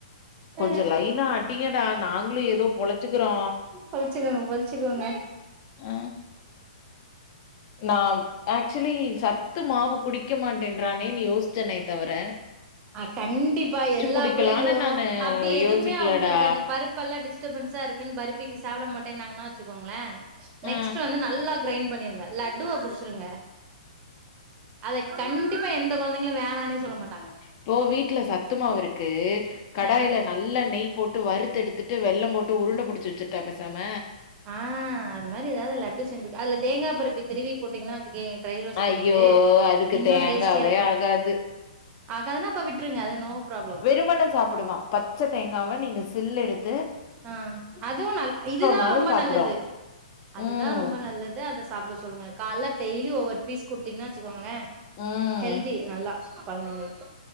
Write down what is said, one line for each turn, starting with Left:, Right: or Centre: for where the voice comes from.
Right: ஆ
Left: கொஞ்ச லைனா அடிங்கடா நாங் களு எதோ பொழச்சுக்குறோ
Right: பழிச்சுக்கோங்க பழிச்சுக்கோங்க
Left: அ நா ஆக்சுவலி சத்து மாவு குடிக்க மாட்டேன்றானேனு யோசிச்சே நேத்து அவர
Right: அ கண்டிப்பா எல்லா
Left: குடிக்கலான்னு
Right: பிள்ளைங்களு
Left: நானு
Right: அப்டி எதுவுமே
Left: யோசிக்கலடா
Right: அவங்களுக்கு அந்த பருப் ல்லா டிஸ்டபென்ஸா இருக்குன்னு பர்ப்பிக்கு சாப்ட மாட்டேனாங்கனா வச்சுக்கோங்களே நெக்ஸ்டு
Left: ஆ
Right: வந்து நல்லா கிரைண் பண்ணிருங்க லட்டுவா புடிச்சிருங்க அத கண்டிப்பா எந்த கொழந்தைங்களு வேணானே சொல்ல மாட்டாங்க
Left: இப்போ வீட்ல சத்துமா இருக்கு கடாயில
Right: ஆ
Left: நல்லா நெய் போட்டு வறுத்து எடுத்துட்டு வெள்ளம் போட்டு உருண்ட புடிச்சு வச்சுட்டா பேசாம
Right: ஆ அது மாரி எதாவது லட்டு செஞ்சு அது தேங்காய் பருப்பி திருவி போட்டீங்கன்னா வச் எ ட்ரை ரோஸ்ட்
Left: ஐயோ
Right: பண்ணிட்டு
Left: அதுக்கு
Right: இன்னும்
Left: தேங்காவே
Right: டேஸ்டியா இருக்கும்
Left: ஆகாது
Right: ஆகதா அப்ப விட்ருங்க அது நோ ப்ராப்ளம்
Left: வெருமென சாப்டுவேன் பச்சை தேங்காவ நீங்க சில் எடுத்
Right: ஆ அதுவும் நல் இதுதான்
Left: நாளு
Right: ரொம்ப
Left: சாப்புடு
Right: நல்லது அதுதா
Left: ம்
Right: ரொம்ப நல்லத் த அத சாப்பிட சொல்லுங்க காலைல டெய்லி ஒவ்வொரு பீஸ் குடுத்தீங்கன்னா வச்சுக்கோங்களேன்
Left: ம்
Right: ஹெல்தி நல்லா பதினொன்னேக்கு